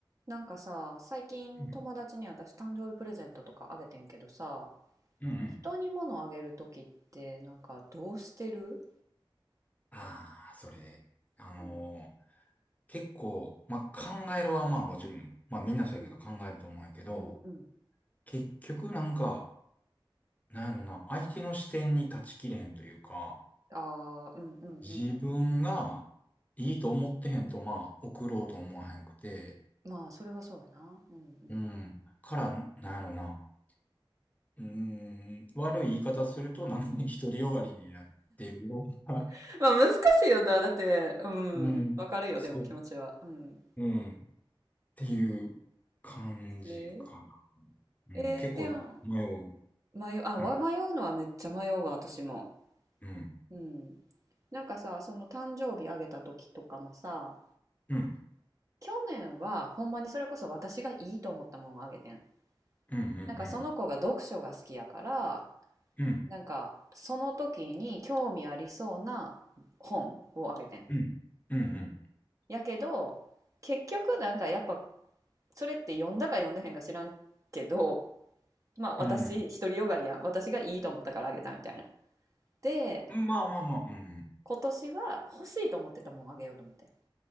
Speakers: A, on the right (about 35°); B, on the left (about 15°).
A: なんかさ、最近友達に私誕生日プレゼントとかあげてんけどさ、
B: うんうんうん。
A: 人に物あげるときってなんかどうしてる
B: ああ、それで、あのー
A: うん
B: 結構、まあ、考えるはまあもちろん、まあみんなそうやけど考えると思うんやけど、
A: うんうんうんうん。
B: 結局なんか、なんやろな、相手の視点に立ちきれへんというか、
A: ああ、うんうんうん。
B: 自分がいいと思ってへんとまあ送ろうと思わへんくて、
A: まあ、それはそうやな。うんうん
B: うん、から、なんやろな、うーん、悪い言い方するとなんか独りよがりになってるような、
A: <laughs>。まあ、難しいよな。だって、うん。
B: <laughs> うん、
A: わかるよ、
B: そう、
A: でも気持ちは。うん。
B: うん。ていう感じかな。
A: え
B: うん、
A: えーでも、
B: 結構迷う。
A: 迷う、あ、わ迷うのはめっちゃ迷うわ、
B: うん、
A: 私も。
B: うん、
A: うん。なんかさ、その誕生日あげたときとかもさ、
B: うん、
A: 去年はほんまにそれこそ私がいいと思ったものをあげてん。
B: うん、うん、
A: なんかその子が読書が好きやから、
B: うん、うん、
A: なんかその時に興味ありそうな本をあげてん。
B: うん、うん、
A: やけど、結局なんかやっぱそれって読んだか読んでへんか知らんけど、まあ私独りよがりやん。
B: うん、
A: 私がいいと思ったからあげたみたいな。で、
B: うんまあまあまあ、うん、うん。
A: 今年は欲しいと思ってたもんあげようと思ってん。